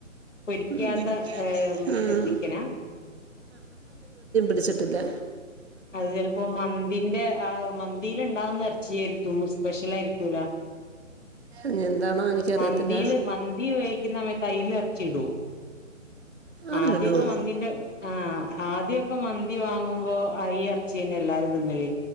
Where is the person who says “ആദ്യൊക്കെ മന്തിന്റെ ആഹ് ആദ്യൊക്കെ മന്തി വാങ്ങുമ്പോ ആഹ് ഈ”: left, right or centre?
Left